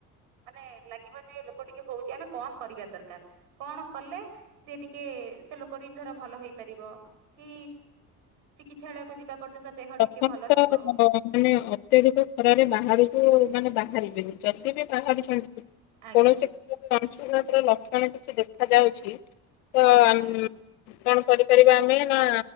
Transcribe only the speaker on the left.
<unintelligible>
ପ୍ରଥମ
ତ
ମାନେ ଅତ୍ୟଧିକ ଖରାରେ ବାହାରକୁ ମାନେ ବାହାରିବେନି ଯଦି ବି ବାହାରୁଛନ୍ତି
କୌଣସି ଅଂଶୁଘାତର ଲକ୍ଷଣ କିଛି ଦେଖା ଯାଉଛି ତ ଆ
କଣ କରିପାରିବା ଆମେ ନା